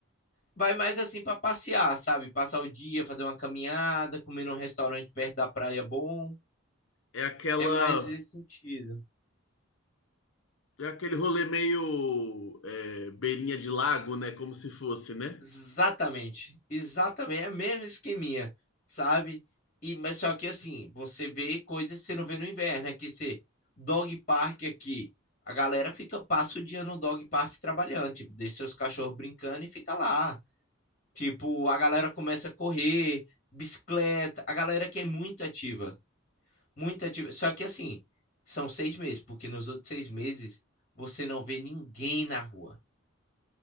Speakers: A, on the left; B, on the left.
A: vai mais assim pra passear, sabe? Passar o dia, fazer uma caminhada, comer num restaurante perto da praia bom.
B: É aquela,
A: É mais esse sentido.
B: é aquele rolê meio é, beirinha de lago, né? Como se fosse, né?
A: Exatamente. Exatamente. É o mesmo esqueminha, sabe? E, mas só que assim, você vê coisas que você não vê no inverno. Aqui você, dog park aqui. A galera fica, passa o dia no dog park trabalhando, tipo, deixa seus cachorros brincando e fica lá. Tipo, a galera começa a correr, bicicleta, a galera que é muito ativa. Muita atividade. Só que assim, são seis meses, porque nos outros seis meses você não vê ninguém na rua.